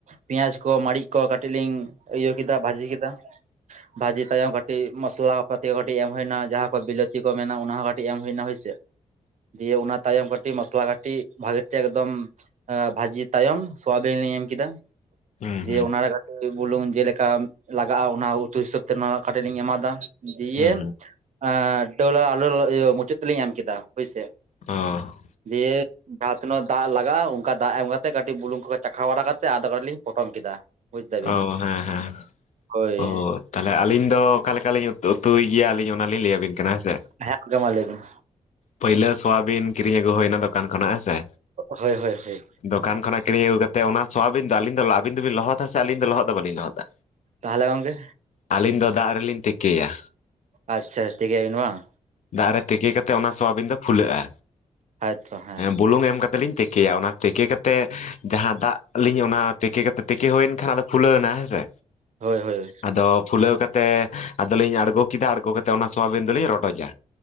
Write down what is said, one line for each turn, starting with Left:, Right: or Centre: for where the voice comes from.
Right: ᱯᱮᱸᱭᱟᱡᱽ ᱠᱚ ᱢᱟᱹᱨᱤᱡ ᱠᱚ ᱠᱟᱹᱴᱤᱡ ᱞᱤᱧ ᱤᱭᱟᱹ ᱠᱮᱫᱟ ᱵᱷᱟᱹᱡᱤ ᱠᱮᱫᱟ, ᱵᱷᱟᱹᱡᱤ ᱛᱟᱭᱚᱢ ᱠᱟᱹᱴᱤᱡ ᱢᱚᱥᱞᱟ ᱯᱟᱹᱛᱤ ᱠᱟᱹᱴᱤᱡ ᱮᱢ ᱦᱩᱭᱱᱟ ᱡᱟᱦᱟᱸ ᱠᱚ ᱵᱤᱞᱟᱹᱛᱤ ᱠᱚ ᱢᱮᱱᱟ ᱚᱱᱟ ᱦᱚᱸ ᱠᱟᱹᱴᱤᱡ ᱮᱢ ᱦᱩᱭᱱᱟ ᱦᱩᱭ ᱥᱮ ᱫᱤᱭᱮ ᱚᱱᱟ ᱛᱟᱭᱚᱢ ᱠᱟᱹᱴᱤᱡ ᱢᱚᱥᱞᱟ ᱠᱟᱹᱴᱤᱡ ᱵᱷᱟᱜᱤ ᱴᱷᱤᱠ ᱮᱠᱫᱚᱢ ᱟᱸ ᱵᱷᱟᱹᱡᱤ ᱛᱟᱭᱚᱢ ᱥᱳᱣᱟᱵᱤᱱ ᱤᱧ ᱮᱢ ᱠᱮᱫᱟ,
Left: ᱦᱩᱸ
Right: ᱫᱤᱭᱮ
Left: ᱦᱩᱸ
Right: ᱚᱱᱟᱨᱮ ᱠᱟᱹᱴᱤᱡ ᱵᱩᱞᱩᱝ ᱡᱮᱞᱮᱠᱟ ᱞᱟᱜᱟᱜᱼᱟ ᱚᱱᱟ <inaudible> ᱦᱤᱥᱟᱹᱵ ᱛᱮ ᱱᱚᱣᱟ ᱠᱟᱹᱴᱤᱡ ᱞᱤᱧ ᱮᱢᱟᱫᱟ ᱫᱤᱭᱮ
Left: ᱦᱩᱸ
Right: ᱟ ᱰᱟᱹᱞ ᱟᱨ ᱟᱞᱩ ᱤᱭᱟᱹ ᱢᱩᱪᱟᱹᱫ ᱛᱮᱞᱤᱧ ᱮᱢ ᱠᱮᱫᱟ ᱦᱳᱭᱥᱮ᱾
Left: ᱚ᱾
Right: ᱫᱤᱭᱮ ᱡᱟᱦᱟᱸ ᱛᱤᱱᱟᱹᱜ ᱫᱟᱜ ᱞᱟᱜᱟᱜᱼᱟ ᱚᱝᱠᱟ ᱫᱟᱜ ᱮᱢ ᱠᱟᱛᱮᱜ ᱠᱟᱹᱴᱤᱡ ᱵᱩᱞᱩᱝ ᱠᱚ ᱪᱟᱠᱷᱟ ᱵᱟᱲᱟ ᱠᱟᱛᱮᱫ ᱟᱫᱚ ᱞᱤᱧ ᱯᱚᱴᱚᱢ ᱠᱮᱫᱟ᱾ ᱵᱩᱡ ᱫᱟᱵᱤᱱ
Left: ᱚ ᱦᱮᱸ ᱦᱮᱸ
Right: ᱦᱳᱭ
Left: ᱚ᱾ ᱛᱟᱦᱚᱞᱮ ᱟᱹᱞᱤᱧ ᱫᱚ ᱚᱠᱟᱞ ᱞᱮᱠᱟᱞᱤᱧ ᱩᱛᱩᱭ ᱜᱮᱭᱟ ᱟᱹᱞᱤᱧ ᱚᱱᱟ ᱞᱤᱧ ᱞᱟᱹᱭ ᱟᱵᱤᱱ ᱠᱟᱱᱟ ᱦᱮᱸ ᱥᱮ,
Right: ᱦᱮᱸ ᱜᱚᱝᱠᱮ ᱢᱟ ᱞᱟᱹᱭᱵᱤᱱ᱾
Left: ᱯᱟᱹᱭᱞᱟ ᱥᱚᱣᱟᱵᱤᱱ ᱠᱤᱨᱤᱧ ᱟᱹᱜᱩ ᱦᱩᱭᱱᱟ ᱫᱚᱠᱟᱱ ᱠᱷᱚᱱᱟᱜ ᱦᱮᱸᱥᱮ,
Right: ᱦᱳᱭ ᱦᱳᱭ ᱦᱳᱭ᱾
Left: ᱫᱚᱠᱟᱱ ᱠᱷᱱᱟᱜ ᱠᱤᱨᱤᱧ ᱟᱹᱜᱩ ᱠᱟᱛᱮᱜ ᱚᱱᱟ ᱥᱚᱣᱟᱵᱤᱱ ᱫᱚ ᱟᱹᱞᱤᱧ ᱫᱚ ᱟᱹᱵᱤᱱ ᱫᱚᱵᱤᱱ ᱞᱚᱦᱚᱫᱟ ᱥᱮ ᱟᱹᱞᱤᱧ ᱫᱚ ᱞᱚᱦᱚᱫ ᱫᱚ ᱵᱟᱞᱤᱧ ᱞᱚᱦᱚᱫᱟ,
Right: ᱛᱟᱦᱚᱞᱮ ᱜᱚᱝᱠᱮ?
Left: ᱟᱹᱞᱤᱧ ᱫᱚ ᱫᱟᱜ ᱨᱮᱞᱤᱧ ᱛᱤᱠᱤᱭᱟ᱾
Right: ᱟᱪᱪᱷᱟ ᱛᱮᱠᱤᱭᱟᱵᱤᱱ ᱵᱟᱝ?
Left: ᱫᱟᱜ ᱨᱮ ᱛᱮᱠᱤ ᱠᱟ ᱠᱟᱛᱮᱜ ᱚᱱᱟ ᱥᱚᱣᱟᱵᱤᱱ ᱫᱚ ᱯᱷᱩᱞᱟᱹᱜᱼᱟ᱾
Right: ᱦᱟᱭ ᱛᱚ ᱦᱮᱸ᱾
Left: ᱵᱩᱞᱩᱝ ᱮᱢ ᱠᱟᱛᱮ ᱞᱤᱧ ᱛᱤᱠᱮᱭᱟ ᱚᱱᱟ ᱛᱤᱠᱮ ᱠᱟᱛᱮ ᱡᱟᱦᱟᱸ ᱫᱟᱜ ᱞᱤᱧ ᱚᱱᱟ ᱛᱮᱠᱮ ᱠᱟᱛᱮ ᱛᱮᱠᱮ ᱦᱩᱭᱮᱱ ᱠᱷᱟᱱ ᱟᱫᱚ ᱯᱷᱩᱞᱟᱣ ᱱᱟ ᱦᱮᱸᱥᱮ,
Right: ᱦᱳᱭ ᱦᱳᱭ᱾
Left: ᱟᱫᱚ ᱯᱷᱩᱞᱟᱹᱣ ᱠᱟᱛᱮ ᱟᱫᱚᱞᱤᱧ ᱟᱬᱜᱚ ᱠᱮᱫᱟ ᱟᱬᱜᱚ ᱠᱟᱛᱮ ᱚᱱᱟ ᱥᱚᱣᱟᱵᱤᱱ ᱫᱚᱞᱤᱧ ᱨᱚᱰᱚᱡᱟ᱾